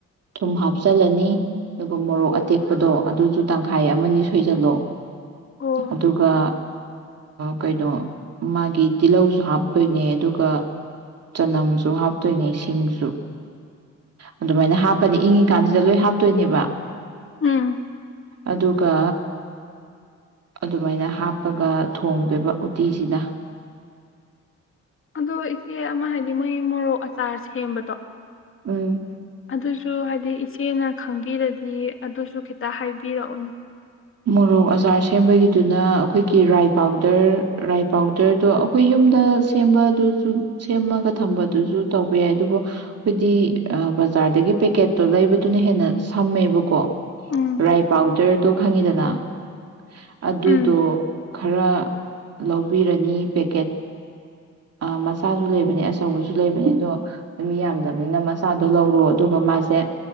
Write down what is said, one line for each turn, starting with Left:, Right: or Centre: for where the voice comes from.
Right: ꯊꯨꯝ ꯍꯥꯞꯆꯤꯜꯂꯅꯤ ꯑꯗꯨꯒ ꯃꯣꯔꯣꯛ ꯑꯇꯦꯛꯄꯗꯣ ꯑꯗꯨꯁꯨ ꯇꯪꯈꯥꯏ ꯑꯃꯅꯤ ꯁꯣꯏꯖꯜꯂꯣ
Left: ꯑꯣ
Right: ꯑꯗꯨꯒ ꯀꯩꯅꯣ ꯃꯥꯒꯤ ꯇꯤꯜꯍꯧꯁꯨ ꯍꯥꯞꯇꯣꯏꯅꯦ ꯑꯗꯨꯒ ꯆꯅꯝꯁꯨ ꯍꯥꯞꯇꯣꯏꯅꯦ ꯁꯤꯡꯁꯨ ꯑꯗꯨꯃꯥꯏꯅ ꯍꯥꯞꯄꯅꯤ ꯏꯪꯉꯤꯀꯥꯟꯁꯤꯗ ꯂꯣꯏ ꯍꯥꯞꯇꯣꯏꯅꯦꯕ
Left: ꯎꯝ
Right: ꯑꯗꯨꯒ ꯑꯗꯨꯃꯥꯏꯅ ꯍꯥꯞꯄꯒ ꯊꯣꯡꯗꯣꯏꯕ ꯎꯇꯤꯁꯤꯅ
Left: ꯑꯗꯣ ꯏꯆꯦ ꯑꯃ ꯍꯥꯏꯗꯤ ꯃꯣꯏ ꯃꯣꯔꯣꯛ ꯑꯆꯥꯔꯁꯦꯝꯕꯗꯣ
Right: ꯎꯝ
Left: ꯑꯗꯨꯁꯨ ꯍꯥꯏꯗꯤ ꯏꯆꯦꯅ ꯈꯪꯕꯤꯔꯗꯤ ꯑꯗꯨꯁꯨ ꯈꯤꯇ ꯍꯥꯏꯕꯤꯔꯛꯎ
Right: ꯃꯣꯔꯣꯛ ꯑꯆꯥꯔ ꯁꯦꯝꯕꯒꯤꯗꯨꯅ ꯑꯩꯈꯣꯏꯒꯤ ꯔꯥꯏ ꯄꯥꯎꯗꯔ ꯔꯥꯏ ꯄꯥꯎꯗꯔꯗꯣ ꯑꯩꯈꯣꯏ ꯌꯨꯝꯗ ꯁꯦꯝꯕ ꯑꯗꯨꯁꯨ ꯁꯦꯝꯃꯒ ꯊꯝꯕꯗꯨꯁꯨ ꯇꯧꯕ ꯌꯥꯏ ꯑꯗꯨꯕꯨ ꯑꯩꯈꯣꯏꯗꯤ ꯕꯖꯥꯔꯗꯒꯤ ꯄꯦꯀꯦꯠꯇꯣ ꯂꯩꯕꯗꯨꯅ ꯍꯦꯟꯅ ꯁꯝꯃꯦꯕꯀꯣ
Left: ꯎꯝ
Right: ꯔꯥꯏ ꯄꯥꯎꯗꯔꯗꯣ ꯈꯪꯉꯤꯗꯅ ꯑꯗꯨꯗꯣ
Left: ꯎꯝ
Right: ꯈꯔ ꯂꯧꯕꯤꯔꯅꯤ ꯄꯦꯛꯀꯦꯠ ꯃꯆꯥꯁꯨ ꯂꯩꯕꯅꯦ ꯑꯆꯧꯕꯁꯨ ꯂꯩꯕꯅꯦ ꯑꯗꯣ ꯃꯤ ꯌꯥꯝꯗꯕꯅꯤꯅ ꯃꯆꯥꯗꯣ ꯂꯧꯔꯣ ꯑꯗꯨꯒ ꯃꯥꯁꯦ